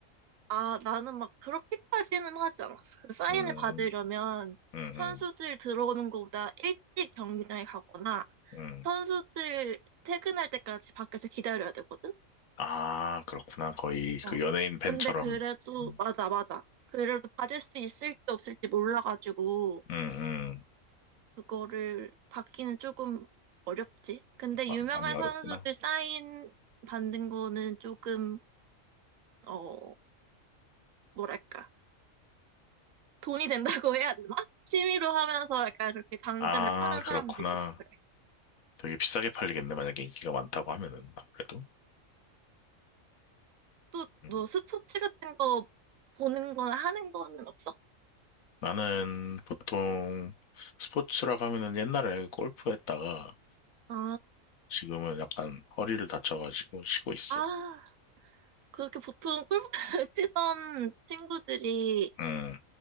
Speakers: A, on the right; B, on the left.
A: 아, 나는 막 그렇게까지는 하지 않았어. 그 사인을
B: 음,
A: 받으려면
B: 응,
A: 선수들
B: 응,
A: 들어오는 것보다 일찍 경기장에 가거나
B: 응.
A: 선수들 퇴근할 때까지 밖에서 기다려야 되거든?
B: 아, 그렇구나. 거의
A: 어.
B: 그 연예인 팬처럼.
A: 근데 그래도
B: 음,
A: 맞아, 맞아. 그래도 받을 수 있을지 없을지 몰라가지고
B: 음, 음.
A: 그거를 받기는 조금 어렵지. 근데
B: 마-
A: 유명한
B: 많이 어렵구나.
A: 선수들 사인 받는 거는 조금, 어, 뭐랄까. 돈이 된다고 해야 되나? <laughs> 취미로 하면서 약간 그렇게 당근에
B: 아,
A: 파는 사람도
B: 그렇구나.
A: 있고 그래.
B: 되게 비싸게 팔리겠네. 만약에 인기가 많다고 하면은, 아무래도.
A: 또,
B: 음.
A: 너 스포츠 같은 거 보는 거나 하는 거는 없어?
B: 나는 보통 스포츠라고 하면은 옛날에 골프 했다가
A: 아,
B: 지금은 약간 허리를 다쳐가지고 쉬고 있어.
A: 아, 그렇게 보통 골프 <laughs> 치던 친구들이
B: 음,